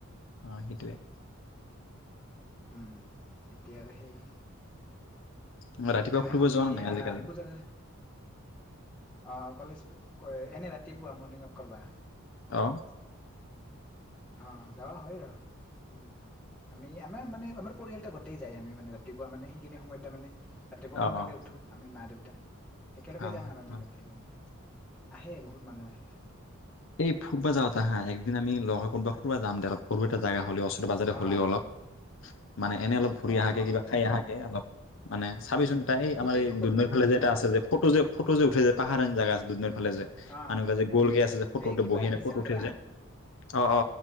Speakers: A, on the left; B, in the centre.
A: অ সেইটোৱে।
B: উম, এতিয়া আৰু সেই
A: উম, ৰাতিপুৱা
B: তেনেহ'লি
A: ফুৰিব যোৱা নাই আজিকালি?
B: আহ পূজাত অ কলেজ ক এনে ৰাতিপুৱা মৰ্ণিং ৱাক কৰা।
A: অহ?
B: অ যোৱা হয় ৰ। উম আমি আমাৰ মানে আমাৰ পৰিয়াল এটা গোতেই যাই আমি মানে ৰাতিপুৱা মানে সেইখিনি সময় তাৰ মানে ৰাতিপুৱা
A: অ',
B: সোনকাল
A: অ',
B: উঠো আমি মা দেউতা <unintelligible> একেলগে
A: ভাল
B: যাঙ আৰু আমি।
A: ভাল।
B: আবেলি, আহে বহুত মানুহ আহে।
A: এই ফুৰিবা যাওঁতে হা একদিন আমি লগ হৈ ক'বা ফুৰিবা যাম দে সৰু এটা জাগা হ'লেও। বাজেতে হ'লেও
B: অঁ
A: অলপ মানে এনেই অলপ ঘূৰি
B: অঁ
A: অহাকে
B: অঁ
A: কিবা খাই
B: ফুৰবা
A: অহাকে অলপ মানে চাবিচোন এ এই
B: সেইটাইতো
A: আমাৰ এই
B: ক'লো
A: দুনৈৰ ফালে
B: কিবাহত
A: যে এটা আছে যে ফটো যে ফটো যে উঠে যায় পাহাৰেন জেগা আছে দুনৈৰৰ ফালে যে,
B: অঁ
A: মানুহবিলাক যে গলগৈ আছে যে? ফটোতে
B: এই কিবা
A: বহি আনে
B: নিচান
A: ফটো উঠি
B: গ্ৰাম
A: যে? অ-অ